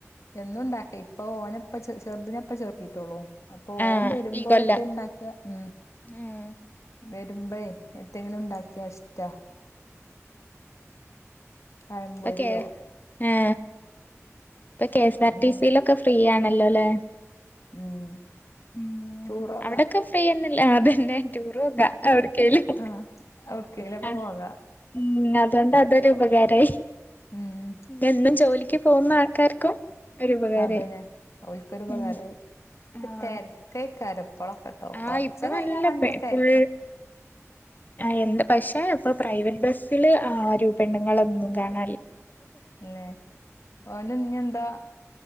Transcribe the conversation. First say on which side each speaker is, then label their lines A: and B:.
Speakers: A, on the left; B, on the left.
A: എന്നും ഉണ്ടാക്ക ഇപ്പ ഓനപ്പ ചെറുതിനപ്പ ചേർത്തിട്ടോള്ളൂ അപ്പൊ
B: ആഹ്
A: ഓം വരുമ്പോഴത്തെ
B: ഈ കൊല്ലം
A: ഉണ്ടാക്കിയ ഉം
B: ആഹ്
A: വരുമ്പേ എ എന്തെങ്കിലും ഉണ്ടാക്കിയോ ഇഷ്ടാ പഴംപൊരിയോ
B: പക്കേ ആ ഇപ്പൊ കെഎസ് ആർ
A: എന്തെ
B: ടി സയിലൊക്കെ ഫ്രീ ആണ് ആണല്ലോല്ലേ
A: ഉം
B: ഉം
A: ടൂറോക
B: അവിടക്കെ ഫ്രീ തന്നെല്ലേ അതന്നെ ടൂർ പോക്ക എവിടക്കലും
A: ആഹ് എവ്ട്ക്കേലൊക്കെ
B: ആ
A: പോകാ
B: ഉം അതൊണ്ട ബ ഉപകാരമായി
A: ഉം
B: എന്നും ജോലി പോകുന്ന ആൾക്കാർക്കും ഒരു ഉപകാരായി
A: അതന്നെ അവൽക്കൊരുപകാരമായി
B: ഉം
A: പക്ഷെ
B: ആഹ്
A: തിരക്ക കാരം ഇപ്പോളൊക്കെട്ടോ
B: ആഹ്
A: കൊറച്ച്
B: ഇപ്പൊ
A: കഴിഞ്ഞ
B: നല്ല
A: മണിക്കത്തെരക്ക
B: പെ ഫുൾ ആഹ് എന്ത് പക്ഷെ ഇപ്പൊ പ്രൈവറ്റ് ബസ്സില് രൂപെണ്ണങ്ങളൊന്നും കാണ
A: അല്ലെ ഓല ഇ എന്താ